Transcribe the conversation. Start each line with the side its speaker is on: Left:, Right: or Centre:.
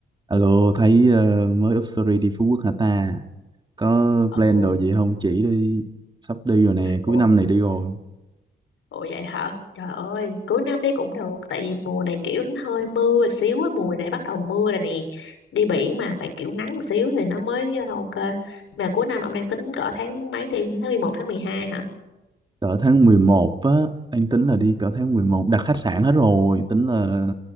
Right: Alo, thấy ờ, mới up story đi Phú Quốc hả ta? Có plan
Left: Ồ,
Right: đồ gì không? Chỉ đi, sắp đi rồi nè, cuối
Left: ủa,
Right: năm này đi rồi.
Left: ủa vậy hả? Trời ơi, cuối năm đi cũng được. Tại vì mùa này kiểu nó hơi mưa một xíu á. Mùa này bắt đầu mưa rồi nè. Đi biển mà phải kiểu nắng một xíu thì nó mới ờ, ok. Mà cuối năm ông đang tính cỡ tháng mấy đi? Tháng 11, tháng 12 hả?
Right: Cỡ tháng 11 á, anh tính là đi cỡ tháng mười một đặt khách sạn hết rồi, tính là